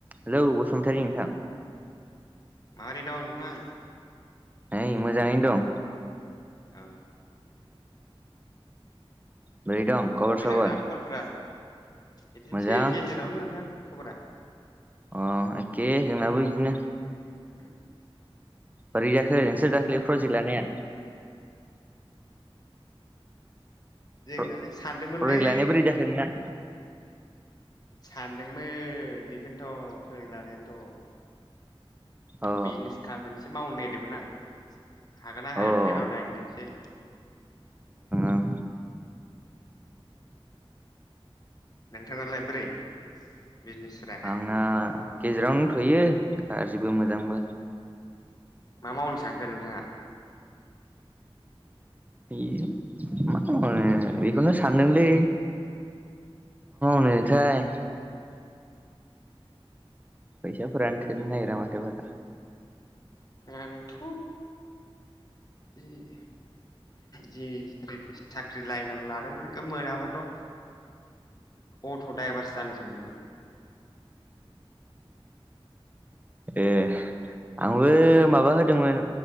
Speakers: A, on the right; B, on the left.
A: Hello Basumatary नोंथां
B: माबोरै दं नोंथां?
A: नै मोजाङैनो दं
B: अ
A: बोरै दं खबर
B: मोजां
A: सबर
B: ना खबरफ्रा? बिदिनोसै
A: मोजां
B: गेजेरावनो नोंथां खबरा
A: अ एखे जोंनाबो इदिनो
B: उ
A: बोरै जाखो नोंसोर दाखालै प्रजेक्ट लानाया
B: जोंनालाय
A: प्र
B: सानदोंमोनलै
A: प्रजेक्ट लानाया बोरै जाखो नोंना
B: सानदोंमोन बेखौनोथ' प्रजेक्ट लानायानोथ'
A: अ
B: बिजनेस खालाम मोनसे मावनो नागिरदोंमोन आं हागोन ना हाया
A: अ ओं
B: थाय र' नायनोसै
A: ओं
B: नोंथाङा लाइ बोरै बिजनेसफ्रा
A: आंना गेजेरावनो दंथ'यो गाज्रिबो मोजांबो
B: मा मावनो सानखो नोंथाङा?
A: बे मा खालामबावनो बेखौनो सानदोंलै <unintelligible> फैसा फोरानो थोनो नागिरा माथो बारा
B: आंथ' जि जि साख्रि लाइनाव लादोंमोन बेखौ मोनाबाथ' अट' द्राइभार जानो सानदोंमोन आं
A: ए आंबो माबा होदोंमोन